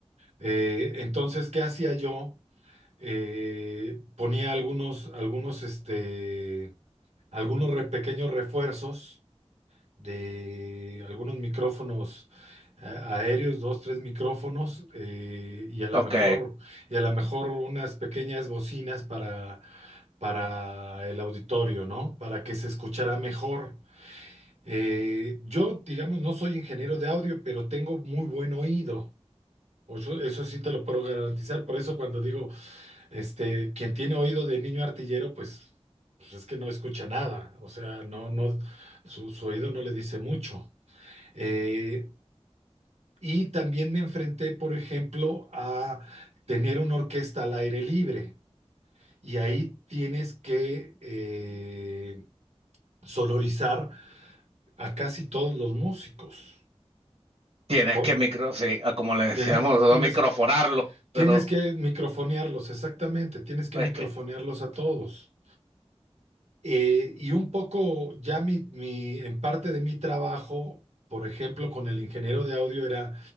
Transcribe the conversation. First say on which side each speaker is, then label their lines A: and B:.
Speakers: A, on the right; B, on the right.
A: Eh, entonces, ¿qué hacía yo? Eh, ponía algunos, algunos, este, algunos re- pequeños refuerzos de algunos micrófonos a- aéreos, dos, tres micrófonos, eh, y a lo
B: Ok,
A: mejor, y a lo mejor unas pequeñas bocinas para, para el auditorio, ¿no? Para que se escuchara mejor. Eh, yo, digamos, no soy ingeniero de audio, pero tengo muy buen oído. O Eso, eso sí te lo puedo garantizar. Por eso cuando digo, este, quien tiene oído de niño artillero, pues, pues es que no escucha nada. O sea, no, no, su, su oído no le dice mucho. Eh, y también me enfrenté, por ejemplo, a tener una orquesta al aire libre. Y ahí tienes que eh, sonorizar a casi todos los músicos.
B: tienes
A: Por-
B: que micro, sí, ah, como le decíamos
A: tienes,
B: nosotros,
A: tienes,
B: microfonarlo,
A: tienes
B: pero
A: que microfonearlos, exactamente. Tienes que
B: es
A: microfonearlos
B: que,
A: a todos. Eh, y un poco ya mi, mi- en parte de mi trabajo, por ejemplo, con el ingeniero de audio era,